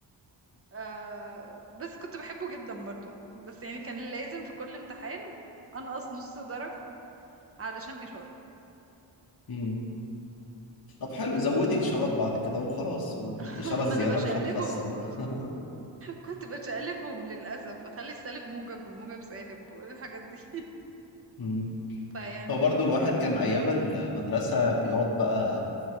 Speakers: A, on the right (about 30°); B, on the left (about 50°).
A: آه بس كنت بحبه جدا برضو بس يعني كان لازم في كل امتحان أنقص نص درجة علشان إشارة
B: مم. طب حلو زودي إشارات بعد كده وخلاص والإشارة
A: <laughs>
B: الزيادة
A: ما انا بشقلبهم
B: مش هتخسر بقى
A: كنت بشقلبهم للاسف اخلي السالب موجب والموجب سالب والحاجات دي <laughs>
B: مم.
A: فيعني
B: هو برضو الواحد كان أيام المدرسة بيقعد بقى